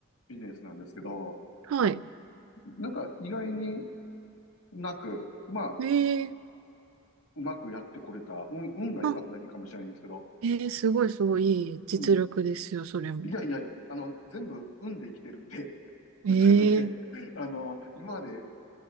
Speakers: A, on the left (about 85°); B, on the right (about 75°).
A: ビジネスなんですけど、
B: はい。
A: なんか意外になく、まあ、
B: ええ
A: うまくやってこれた、運、運が良かっただけかもしれないんですけど、
B: あ、ええすごいすごいいい実力ですよ、
A: うん。
B: それも。
A: いやいやいや、あの、全部運で生きてるんで、<laughs> なので、
B: ええ
A: あの、今まで、